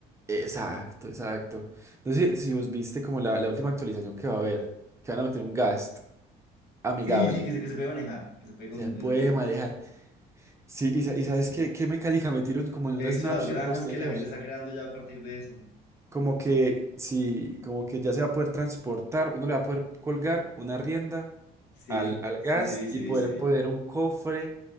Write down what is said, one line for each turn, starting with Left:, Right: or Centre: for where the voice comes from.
Right: Exacto, exacto. No sé si vos viste como la, la última actualización que va a haber, que van a meter un Gast amigable.
Left: Sí, sí, que se, que se puede manejar, que se puede... Con,
Right: Se puede
Left: que se puede...
Right: manejar. Sí, y,
Left: Sí,
Right: sa- y
Left: sí,
Right: sabes
Left: sí.
Right: qué, qué mecánica metieron como en
Left: He
Right: una
Left: visto
Right: snapshot
Left: las granjas
Right: posterior.
Left: que la gente está creando ya a partir de eso.
Right: Como que sí, como que ya se va a poder transportar, uno le va a poder colgar una rienda
Left: Sí,
Right: al, al
Left: sí,
Right: gas
Left: sí, vi, sí,
Right: y
Left: vi,
Right: poder
Left: sí, vi.
Right: poner un cofre